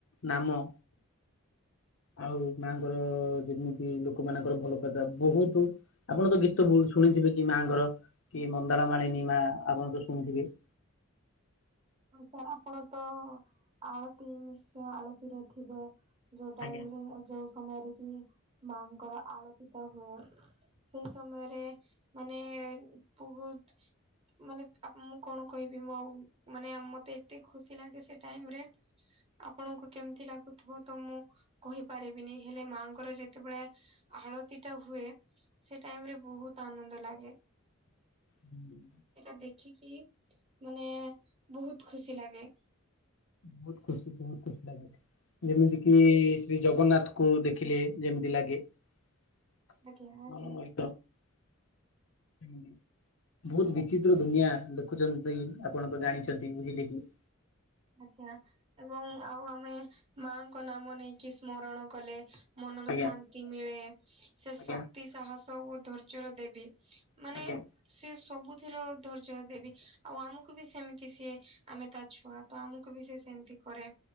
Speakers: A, on the left; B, on the right.
A: ନାମ ଆଉ ମାଆଙ୍କର-ଅ-ଅ ଯେମିତି ଲୋକମାନଙ୍କର ଭଲ ପାଇବା ବହୁତ ଆପଣ ତ ଗୀତ ବହୁତ ଶୁଣିଥିବେ କି ମାଆଙ୍କର, କି ମନ୍ଦାର ମାଳିନୀ ମାଆ, ଆପଣ ତ ଶୁଣିଥିବେ? <inaudible>
B: ସାର୍ ଆପଣ ତ-ଅ-ଅ, ଆଳତି ନିଶ୍ଚୟ ଆଳତିରେ ଥିବେ? ଯୋଉ ଟାଇମରେ
A: ଆଜ୍ଞା।
B: ଆଉ ଯୋଉ ସମୟରେ କି, ମାଆଙ୍କର ଆଳତିଟା ହୁଏ। ସେଇ ସମୟରେ ମାନେ ବହୁତ ମାନେ ଆ ମୁଁ କଣ କହିବି ମ ଆଉ, ମାନେ ମତେ ଏତେ ଖୁସି ଲାଗେ ସେ ଟାଇମରେ ଆପଣଙ୍କୁ କେମିତି ଲାଗୁଥିବ? ତ ମୁଁ କହିପାରିବିନି ହେଲେ ମାଆଙ୍କର ଯେତେବେଳେ ଆଳତିଟା ହୁଏ ସେ ଟାଇମରେ ବହୁତ ଆନନ୍ଦ ଲାଗେ।
A: ହୁଁ।
B: ସେଇଟା ଦେଖିକି ମାନେ ବହୁତ ଖୁସି ଲାଗେ।
A: ବହୁତ ଖୁସି ବହୁତ ଖୁସି ଲାଗେ ମତେ। ଯେମିତି କିି ଶ୍ରୀ ଜଗନ୍ନାଥକୁ ଦେଖିଲେ ଯେମିତି ଲାଗେ। <unintelligible>
B: ଆଜ୍ଞା ଆଜ୍ଞା।
A: ହୁଁ-ହୁଁ। ବହୁତ ବିଚିତ୍ର ଦୁନିଆ। ଦେଖୁଛନ୍ତି ଇ ଆପଣ ତ ଜାଣିଛନ୍ତି, ବୁଝିଲେ କି?
B: ଆଜ୍ଞା ଏବଂ ଆଉ ଆମେ ମାଆଙ୍କ ନାମ ନେଇକି ସ୍ମରଣ କଲେ ମନର
A: ଆଜ୍ଞା।
B: ଶାନ୍ତି ମିଳେ। ସେ
A: ଆଜ୍ଞା
B: ଶକ୍ତି, ସାହସ ଓ ଧୈର୍ଯ୍ୟର ଦେବୀ। ମାନେ
A: ଆଜ୍ଞା
B: ସେ ସବୁଥିର ଧୈର୍ଯ୍ୟର ଦେବୀ, ଆଉ ଆମକୁ ବି ସେମିତି ସିଏ ଆମେ ତା ଛୁଆ। ତ ଆମକୁ ବି ସେ ସେମିତି କରେ।